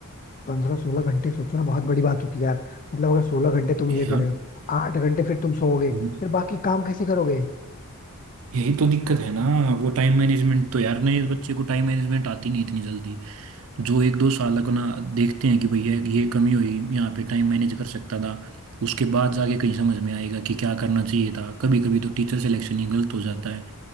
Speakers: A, on the left; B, on the right.
A: पंद्रह सोलह घंटे सोचो ना बहुत बड़ी बात होती है यार मतलब अगर सोलह घंटे तुम ये
B: यार
A: दे रहे हो आठ घंटे फिर तुम सोओगे
B: यही
A: फिर बाकी काम कैसे करोगे
B: यही तो दिक्कत है ना वो टाइम मैनेजमेंट तो यार नहीं इस बच्चे को टाइम मैनेजमेंट आती नहीं इतनी जल्दी जो एक दो साल अपना देखते हैं कि भैया ये कमी हुई यहाँ पे टाइम मैनेज कर सकता था उसके बाद जाके कहीं समझ में आएगा कि क्या करना चाहिए था कभी कभी तो टीचर सिलेक्शन ही गलत हो जाता है